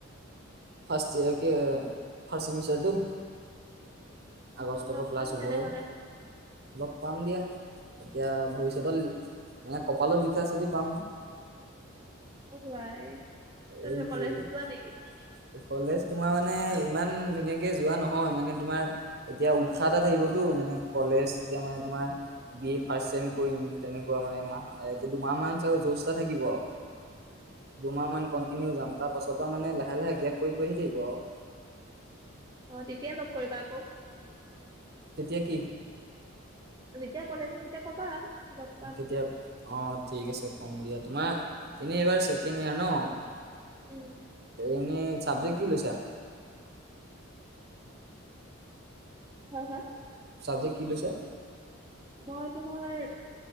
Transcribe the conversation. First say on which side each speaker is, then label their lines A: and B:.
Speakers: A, on the right; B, on the right.
A: ফাষ্ট ইয়েৰ কে ফাষ্ট চেমিষ্টাৰটো?
B: অ
A: আগষ্টৰ
B: লগ
A: পৰা ক্লাছ
B: পাম
A: হ'ব
B: তেনেহলে
A: হে, লগ পাম দিয়া। এতিয়া ভৱিষ্যতৰ, মানে কপালত লিখা আছে যদি পাম।
B: অ', আই, তুমি
A: এইটোৱে
B: কলেজ নোযোৱা নেকি?
A: কলেজ তোমাৰ মানে, ইমান ধুনীয়াকে যোৱা নহয় মানে তোমাৰ এতিয়া উৎসাহ এটা থাকিবতো, মানে কলেজ এতিয়া মানে তোমাৰ বি এ ফাৰ্ষ্ট চেম কৰিম, তেনেকুৱা মানে এমাহ এতিয়া দুমাহ মান চাগে জচ এটা থাকিব আৰু।
B: <inaudible>
A: দুমাহ মান কণ্টিনিউ যাম, তাৰ পাছৰ পৰা মানে লাহে-লাহে গেপ পৰি-পৰি আহি থাকিব আৰু।
B: অ', তেতিয়া লগ কৰিবা আকৌ।
A: তেতিয়া কি?
B: যেতিয়া কলেজ আহিম তেতিয়া ক'বা। লগ পাম।
A: তেতিয়া অ', ঠিক আছে ক'ম দিয়া, তোমাৰ এনেই এইবাৰ ছেকেণ্ড ইয়াৰ ন?
B: উম।
A: এনে চাব্জেক্ কি লৈছা?
B: হা-হা?
A: চাবজেক্ট কি লৈছা?
B: মই তোমাৰ